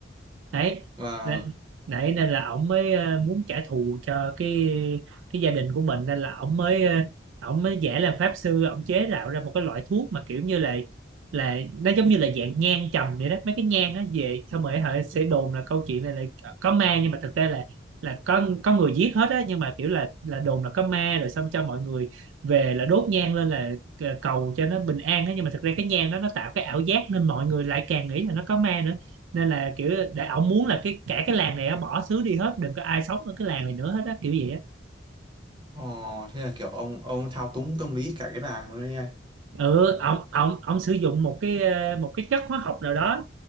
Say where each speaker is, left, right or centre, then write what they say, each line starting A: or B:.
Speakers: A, on the right; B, on the right.
A: đấy
B: và
A: nên, đấy nên là ổng mới ờ, muốn trả thù cho cái cái gia đình của mình nên là ổng mới ờ, ổng mới giả làm pháp sư ổng chế tạo ra một cái loại thuốc mà kiểu như là là nó giống như là dạng nhang trầm vậy đó mấy cái nhang nó về xong rồi họ sẽ đồn là câu chuyện này là có ma nhưng mà thực ra là là có có người giết hết á nhưng mà kiểu là là đồn là có ma rồi xong cho mọi người về là đốt nhang lên là ờ, cầu cho nó bình an á nhưng mà thực ra cái nhang đó nó tạo cái ảo giác nên mọi người lại càng nghĩ là nó có ma nữa nên là kiểu để ổng muốn là cái cả cái làng này á, bỏ xứ đi hết đừng có ai sống ở cái làng này nữa hết á kiểu gì á
B: ồ thế là kiểu ông ông thao túng tâm lý cả cái làng luôn đấy anh
A: ừ ổng ổng ổng sử dụng một cái ờ, một cái chất hóa học nào đó